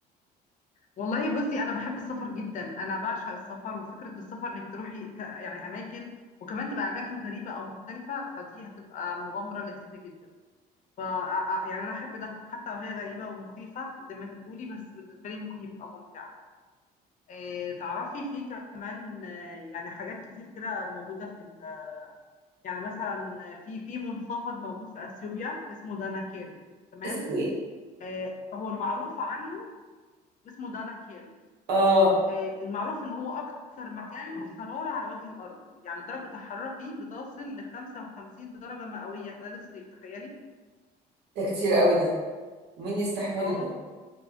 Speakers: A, on the left; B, on the right.
A: والله بصي انا بحب السفر جدا انا بعشق السفر وفكره السفر انك تروحي ك... يعني اماكن وكمان تبقى اماكن غريبه او مختلفه فدي هتبقى مغامره لذيذه جدا ف يعني انا احب ده حتى لو هي غريبه ومخيفه زي ما انت بتقولي بس بالنسبه لي ممكن يبقى ممتع آه، تعرفي في كمان آه، يعني حاجات كتير كده موجودة في ال- يعني مثلا في في منخفض موجود في اثيوبيا اسمه داناكيل تمام
B: اسمه ايه
A: آه، هو المعروف عنه اسمه داناكيل
B: اه
A: آه، المعروف ان هو اكتر مكان حرارة على وجه الارض يعني درجة الحرارة فيه بتصل ل 55 درجة مئوية خلال الصيف تخيلي
B: ده كتير قوي ده ومين يستحمله
A: اه
B: ده